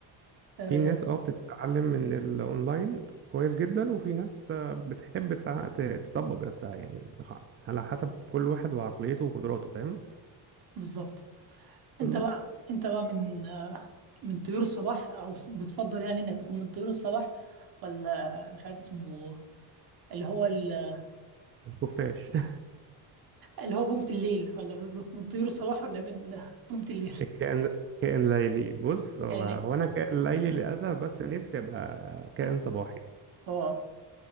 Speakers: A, on the right; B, on the right.
A: آه،
B: في ناس اه بتتعلم من الاونلاين كويس جدا وفي ناس آه، بتحب تع- ت- تطبق بنفسها يعني خ- على حسب كل واحد وعقليته وقدراته فاهم
A: بالظبط انت
B: بالظبط
A: بقى انت بقى من آه، من طيور الصباح او بتفضل يعني انك تكون من طيور الصباح ولا مش عارف اسمه اللي هو ال-
B: الخفاش <laughs>
A: اللي هو بومة الليل ولا من طيور الصباح ولا من بومة الليل <laughs>
B: الكائن كائن ليلي بص هو
A: يا ليل
B: هو انا كائن ليلي للاسف بس نفسي ابقى كائن صباحي
A: اه